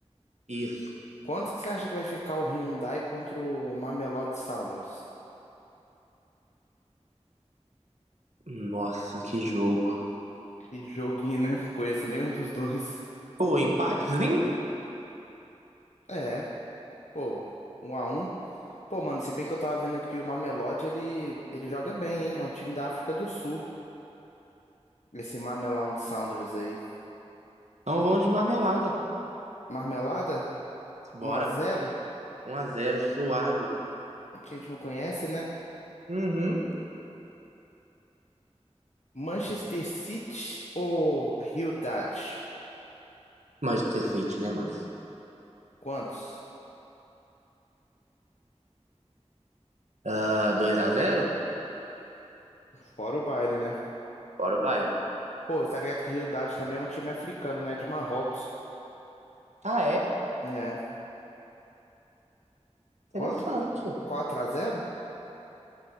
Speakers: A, on the right; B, on the left.
A: Isso.
B: Quantos que você acha que vai ficar o Hyundai contra o Mamelodi Sundowns?
A: Nossa, que jogo.
B: Que joguinho, né? <laughs> Conheço nenhum dos dois.
A: Pô, empatezinho?
B: É, pô, um a um. Pô, mano, se bem que eu tava vendo aqui o Mamelodi, ele, ele joga bem, hein? É um time da África do Sul, esse Mamelodi Sundowns aí.
A: Então vão de marmelada.
B: Marmelada,
A: Bora.
B: um a zero.
A: 1 a 0 suado.
B: que a gente não conhece, né?
A: Uhum.
B: Manchester City ou Realidade?
A: Manchester City, né, mano?
B: Quantos?
A: Ah, 2 a 0
B: Fora o baile, né?
A: Bora o baile.
B: Pô, tá ligado que Realidade também é um time africano, né? De Marrocos.
A: Ah, é?
B: É. Quanto?
A: Interessante.
B: Quatro a zero?